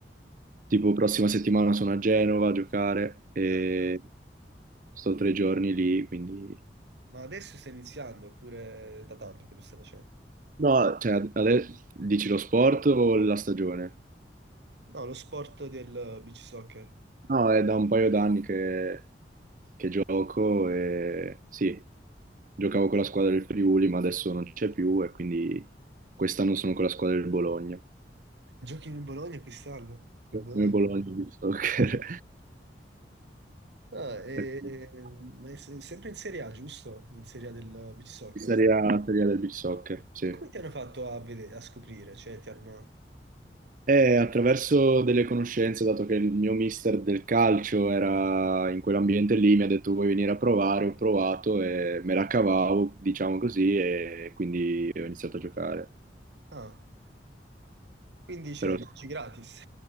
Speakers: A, on the right; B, on the right.
A: Tipo, prossima settimana sono a Genova a giocare e
B: ah, cavolo.
A: sto tre giorni lì, quindi...
B: Ma adesso stai iniziando oppure da tanto che lo stai facendo?
A: No, cioè, adesso dici lo sport o la stagione?
B: No, lo sport del eh, beach soccer.
A: No, è da un paio d'anni che, che gioco e sì, giocavo con la squadra del Friuli, ma adesso non c'è più e quindi quest'anno sono con la squadra del Bologna.
B: Giochi in Bologna quest'anno? In Bologna?
A: Come Bologna di soccer.
B: Cavolo. Ah, e-
A: <laughs>
B: ma è se- sempre in Serie A, giusto? In Serie A del eh, beach soccer.
A: Di Serie A, Serie A del beach soccer, sì.
B: E come ti hanno fatto a, vedere, a scoprire? Cioè, ti hanno...
A: E attraverso delle conoscenze, dato che il mio mister del calcio era in quell'ambiente lì, mi ha detto vuoi venire a provare, ho provato e me la cavavo, diciamo così, e quindi ho iniziato a giocare.
B: Ah, quindi c'è
A: Però
B: viaggi
A: sì.
B: gratis.